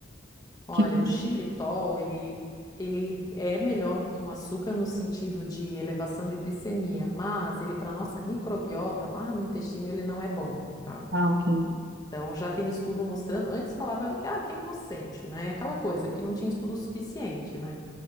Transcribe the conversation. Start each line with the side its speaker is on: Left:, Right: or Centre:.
Left: Olha,
Right: Que...
Left: o xilitol, ele, ele é melhor do que um açúcar no sentido de elevação de glicemia, mas ele, para nossa microbiota lá no intestino, ele não é bom, tá?
Right: Ah, ok.
Left: Então, já tem estudo mostrando. Antes falava que, ah, que é inocente, né? Aquela coisa, porque não tinha estudo suficiente, né?